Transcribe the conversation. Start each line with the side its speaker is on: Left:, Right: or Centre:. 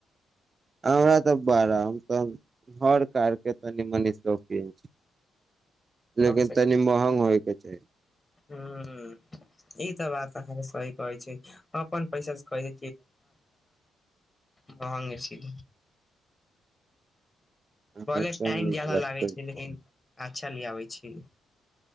Right: हमरा तऽ बारा आ तऽ हर कारके त नि मनी रौपी छी।
Left: कम
Right: लेकिन
Left: से
Right: तनी महग होयके चाही।
Left: हूँ ई बात अहाँके सही कहै छै अपन पैसा कह महंगे छी।
Right: अहाँ
Left: भले
Right: एकदम
Left: टाईम
Right: नीक बात
Left: लागे
Right: कहै
Left: छै लेकिन अच्छा लीयाबे छै। छी